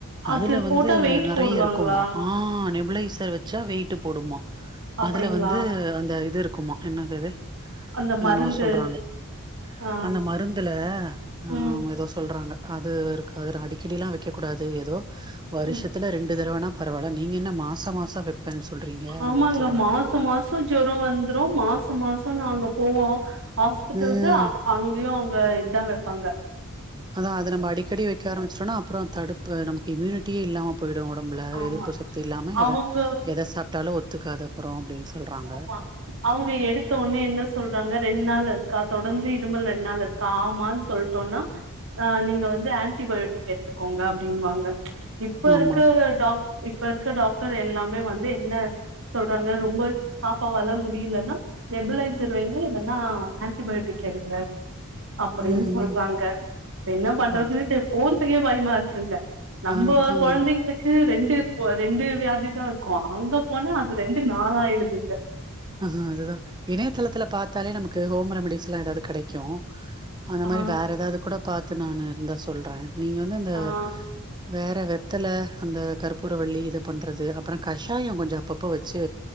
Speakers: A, on the right; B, on the right.
A: அது
B: அதுல
A: போட்டா
B: வந்து
A: வெயிட்
B: நெறைய
A: போடுவாங்களா?
B: இருக்குமா ஆஹ் நெப்ளைஸ் நெப்ளைசர் வெச்சா வெயிட்டு போடுமா
A: அப்டிங்களா?
B: அதுல வந்து அந்த இது இருக் இருக்குமா என்னது அது
A: அந்த மருந்து
B: என்னவோ சொல்றாங்க
A: ஆ
B: அந்த மருந்துல ஆஹ்
A: ம்
B: எதோ சொல்றாங்க அது இருக்கு அத அடிக்கடிலா வெக்கக் கூடாது ஏதோ வருஷத்துல
A: ம்
B: ரெண்டு தடவனா பரவால நீங்க என்ன மாச மாச வைப்பேன்னு சொல்றீங்க
A: ஆமாங்க
B: அப்டின்னு சொல்றாங்க
A: மாசோ மாசோ ஜொரோ வந்துரு மாசோ மாசோ து நா அங்க போவோம் ஹாஸ்பிட்டலுக்கு
B: ம்
A: அங்கயும் இத இதான் வெப்பாங்க
B: அதா அத நம்ப அடிக்கடி வெக்க ஆரம்பிச்சோனா அப்புறோ தடுப்பு நமக்கு இம்யூனிட்டியே இல்லாம போயிடும் ஒடம்புல
A: ஆமா.
B: எதிர்ப்பு சக்தி இல்லாம எத
A: அவங்க
B: எத சாப்ட்டாலு ஒத்துக்காத அப்றோ அப்டின்னு சொல்றாங்க
A: ஆமா அவங்க எடுத்த ஒன்னே என்ன சொல்றாங்க ரெண்டு நாள் இருக்கா தொடர்ந்து இருமல் ரெண்டு நாள் இருக்கா ஆமான்னு சொல்ட்டோனா ஆ நீங்க வந்து ஆன்டிபயோட்டிக் எடுத்துக்கோங்க அப்படின்னுவாங்க இப்ப இருக்கற
B: ஆமா
A: இப்ப இருக்க டாக்டர் எல்லாமே வந்து என்ன சொல்றாங்க ரொம்ப பாப்பாவால முடியலன்னா நெப்ளைஸர் வைங்க இல்லைன்னா ஆன்டிபயோட்டிக் எடுங்க அப்படின்னு
B: ம்
A: சொல்றாங்க
B: ம்
A: என்ன பண்றது
B: அதா
A: போர் பயமா இருக்குங்க நம்ப
B: அதுக்குதா
A: கொழந்தைங்க
B: நம்ம
A: ரெண்டு ரெண்டு வியாதி தான் இருக்குமா அங்க போனா அது ரெண்டு நாள் ஆயிடுதுங்க
B: ஆ அது தா இணையதளத்துல பாத்தாலே நமக் ஹோம் ரெமடிஸ் எல்லா எதாது கெடைக்கும் அந்த
A: ஆ
B: மாரி வேற எதாது கூட பாத்து நானு இருந்தா சொல்றே நீங்க வந்து இந்த
A: ஆ
B: வேற வெ இத்துல அந்த கற்பூர வள்ளி இது பண்றது அப்புறம் கஷாயம் கொஞ்சம் அப்பப்போ வச்சு